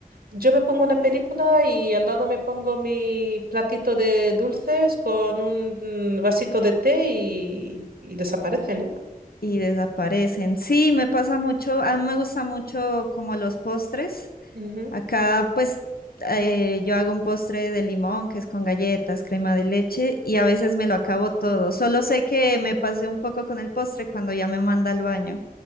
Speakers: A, on the right; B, on the left.
A: yo me pongo una película y al lado me pongo mi platito de dulces con un mm, vasito de té y, y desaparecen, ¿eh?
B: y desaparecen. Sí, me pasa mucho, a mí me gusta mucho como los postres.
A: Ujú.
B: Acá pues eh, yo hago un postre de limón que es con galletas, crema de leche y a veces me lo acabo todo. Solo sé que me pasé un poco con el postre cuando ya me manda al baño,